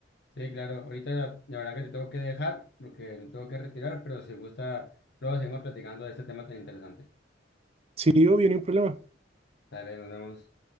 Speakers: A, on the left; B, on the right.
A: Sí, claro, ahorita la verdad que te tengo que dejar porque me tengo que retirar, pero si gusta, luego seguimos platicando de este tema tan interesante.
B: Sí, obvio, ni un problema.
A: Dale, nos vemos.